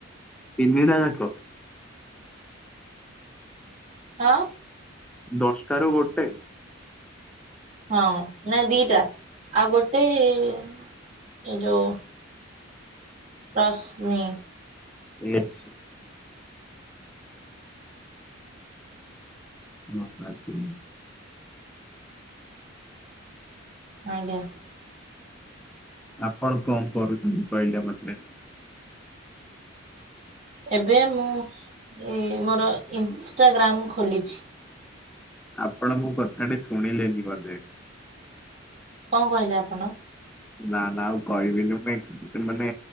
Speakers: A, in the centre; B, on the right.
A: ତିନିଟା ଯାକ।
B: ଆଁ?
A: ଦଶଟାରୁ ଗୋଟେ।
B: ହଁ ନାଇଁ ଦିଟା ଆଉ ଗୋଟେ ଏଁ ଏଇ ଯୋଉ ରଶନି।
A: ୟେସ୍। <unintelligible>
B: ଆଜ୍ଞା।
A: ଆପଣ କଣ ପଢୁଛନ୍ତି କହିଲେ ମତେ?
B: ଏବେ ମୁଁ ଏ ମୋର ଇନଷ୍ଟାଗ୍ରାମ ଖୋଲିଛି।
A: ଆପଣ ମୋ କଥାଟି ଶୁଣିଲେନି ବୋଧେ?
B: କଣ କହିଲେ ଆପଣ?
A: ନା ନା ଆଉ କହିବିନି। <unintelligible> ମାନେ